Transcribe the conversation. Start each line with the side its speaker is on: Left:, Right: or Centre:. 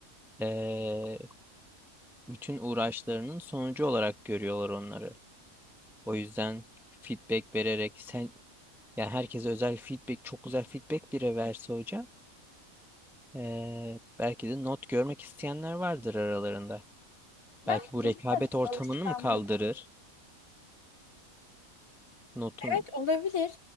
Centre: eee, bütün uğraşlarının sonucu olarak görüyorlar onları. O yüzden feedback vererek sen, yani herkese özel feedback, çok güzel feedback bile verse hoca, eee, belki de not görmek isteyenler vardır aralarında.
Left: Bence
Centre: Belki bu
Left: bu
Centre: rekabet
Left: biraz
Centre: ortamını
Left: alışkanlık.
Centre: mı kaldırır? Notun
Left: Evet olabilir.